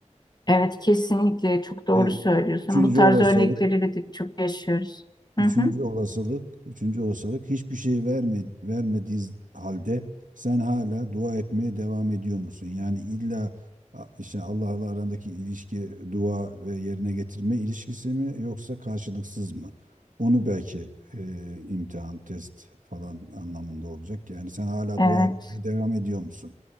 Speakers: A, on the left; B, on the right.
A: Evet kesinlikle çok doğru
B: E,
A: söylüyorsun.
B: üçüncü
A: Bu tarz
B: olasılık,
A: örnekleri de çok yaşıyoruz.
B: üçüncü
A: Hı hı.
B: olasılık, üçüncü olasılık hiçbir şey verme, vermediği halde sen hala dua etmeye devam ediyor musun? Yani illa a- işte Allah'la arandaki ilişki dua ve yerine getirme ilişkisi mi yoksa karşılıksız mı? Onu belki e, imtihan, test falan anlamında olacak. Yani sen hala
A: Evet,
B: dua etmeye devam ediyor musun?